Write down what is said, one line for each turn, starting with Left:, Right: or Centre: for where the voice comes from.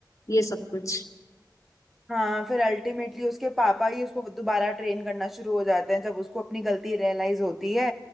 Left: ये सब कुछ
Centre: हाँ फिर अल्टीमेटली उसके पापा ही उसको दोबारा ट्रेन करना शुरू हो जाते हैं जब उसको अपनी गलती रियलाइज होती है